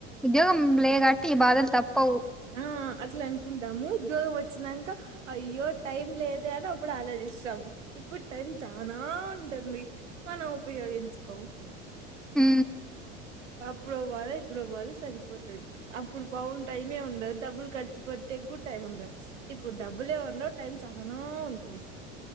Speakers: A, in the centre; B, on the right.
A: ఉద్యోగం లేదు కాబట్టి ఈ బాధలు తప్పవు.
B: ఆహ్ అట్లా అనుకుంటాము ఉద్యోగం వచ్చినాంక అయ్యో టైం లేదే అని అప్పుడు ఆలోచిస్తాము ఇప్పుడు టైం చానా ఉంటుంది. మనం ఉపయోగించుకోం.
A: ఉమ్.
B: అప్పుడు పోవలా ఇప్పుడు పోవాలా సరిపోతది అప్పుడు పాపం టైమే ఉండదు డబ్బులు కట్. ఇప్పుడు ఎగు టైం ఉండదు ఇప్పుడు డబ్బులు ఏమన్నా టైం చానా ఉంటది.